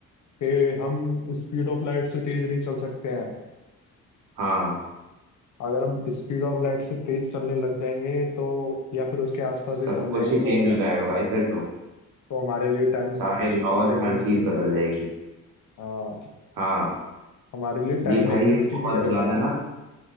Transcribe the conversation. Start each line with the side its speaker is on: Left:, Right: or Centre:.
Left: कि हम स्पीड ऑफ लाइट से तेज नहीं चल सकते हैं
Right: हाँ
Left: अगर हम स्पीड ऑफ लाइट से तेज चलने लग जाएंगे तो या फिर उसके आसपास
Right: सब
Left: भी पहुंच
Right: कुछ
Left: जाएंगे
Right: ही
Left: तो
Right: चेंज हो
Left: तो
Right: जाएगा भाई फिर तो
Left: हमारे लिए टाइम
Right: सारे लॉज
Left: एग्जिस्ट
Right: हर चीज
Left: नहीं
Right: बदल
Left: करेगा
Right: जाएगी
Left: हाँ
Right: हाँ
Left: हमारे लिए टाइम
Right: ये भाई
Left: एग्जिस्ट
Right: ये
Left: ही
Right: बहुत
Left: नहीं करेगा
Right: ज्यादा ना